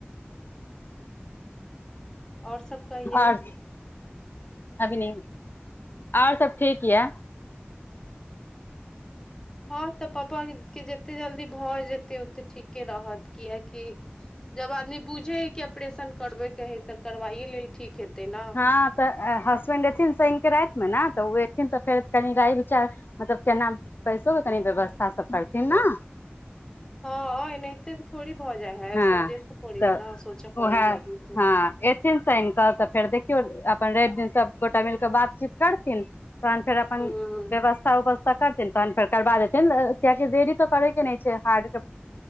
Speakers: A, on the left (about 15°); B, on the left (about 55°).
A: आओर सभ कहियौ
B: आओर अभी नै आओर सब ठीक ये
A: हँ तऽ पप्पा के जेत्ते जल्दी भऽ जेतै ओते ठीके रहत किए कि जब आदमी बुझै है कि ऑपरेशन करबे के है तऽ करवाए लेल ठीक हेतै ने
B: हँ तऽ हसबेंड एथिन शैन के राति मे ने तऽ ओ एथिन तऽ फेर कनी राय विचार मतलब केना सेहो कनी व्यवस्था सब करथिन न
A: हँ एनाहिते थोड़ी भऽ जाइ है
B: हँ
A: सब देखऽ पड़ै
B: तऽ
A: है न सोचऽ पड़ै
B: उएह
A: है आदमी के
B: हँ एथिन शनि कऽ तऽ फेर देखियौ अप अपन रवि दिन सबगोटा मिलके बातचीत करथिन तहन फेर अपन
A: हूं
B: व्यवस्था उपस्था तऽ करथिन तहन फेर करबा देथिन कियाकि देरी तऽ करयके नहि छै हार्डके